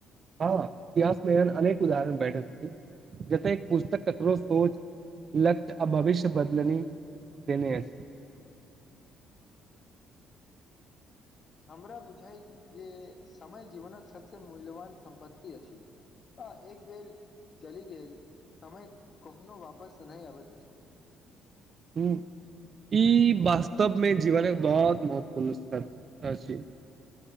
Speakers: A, on the right; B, on the left.
A: हँ इतिहासमे एहन अनेक उदरण बैठैत छी जतेक। पुस्तक ककरो सोच लक्ष्य आ भविष्य बदलनी देने अछि।
B: हमरा बुझाइ जे समय जीवनक सबस मूल्यवान। सम्पत्ति अछि। तऽ एक बेर चलि गेल समय कखनो वापस नहि अबैत अछि।
A: ह ई वास्तवमे जीवन एक बहुत महत्वपूर्ण स् छै।